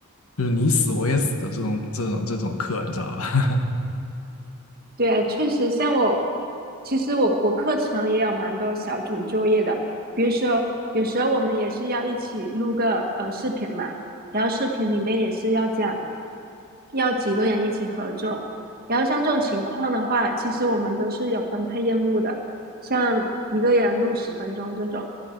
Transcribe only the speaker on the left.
就是你死我也死的这种这种这种课，你知道吧？